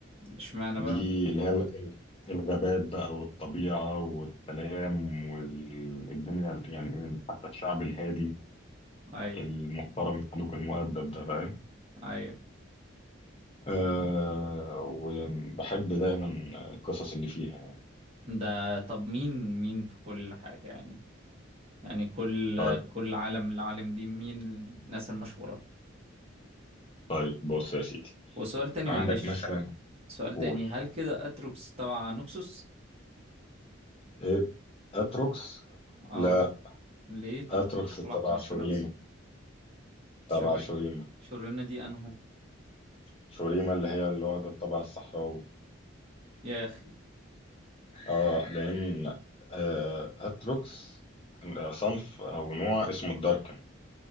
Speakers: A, on the right; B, on the left.
A: اشمعنى
B: دي
A: بقى
B: اللي هي ال- ال- الغابات بقى والطبيعة والسلام والدنيا يعني حتى الشعب الهادي
A: ايوه
B: المحترم الخلوق المؤدب ده فاهم
A: ايوه
B: أه وبحب دايما القصص اللي فيها يعني
A: ده طب مين مين في كل حاجة يعني يعني كل
B: طيب
A: كل عالم العالم دي مين الناس المشهورة
B: طيب بص يا سيدي
A: وسؤال تاني
B: عندك
A: معلش
B: مثلا
A: سؤال
B: قول
A: تاني هل كده اتروكس تبع نوكسوس
B: ايه اتروكس
A: اه
B: لا
A: ليه طب
B: اتروكس
A: ما هو شكله
B: تبع
A: احمر
B: شوريما
A: في نفسه
B: تبع
A: شرين
B: شوريما
A: شرينة دي انهو
B: شوريما اللي هي اللي واخدة الطابع الصحراوي
A: يا اخي
B: اه لان آه اتروكس صنف او نوع اسمه الداركن